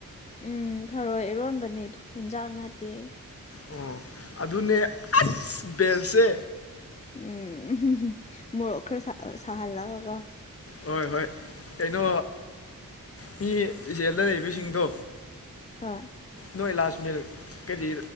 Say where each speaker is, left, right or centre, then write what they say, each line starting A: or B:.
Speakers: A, on the left; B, on the left.
A: ꯎꯝ ꯊꯔꯣꯏ ꯏꯔꯣꯟꯕꯅꯦꯗ ꯍꯤꯟꯖꯥꯛ ꯅꯠꯇꯦ꯫
B: ꯑꯣ ꯑꯗꯨꯅꯦ ꯑꯁ ꯕꯦꯁꯁꯦ꯫
A: ꯎꯝ ꯃꯣꯔꯣꯛ ꯈꯔ ꯁꯍꯜꯂꯒꯀꯣ
B: ꯍꯣꯏ ꯍꯣꯏ ꯀꯩꯅꯣ ꯃꯤ ꯏꯆꯦꯜꯗ ꯂꯩꯕꯁꯤꯡꯗꯣ
A: ꯍꯣꯏ
B: ꯅꯣꯏ ꯏꯂꯥꯖ ꯃꯤꯜ ꯀꯔꯤ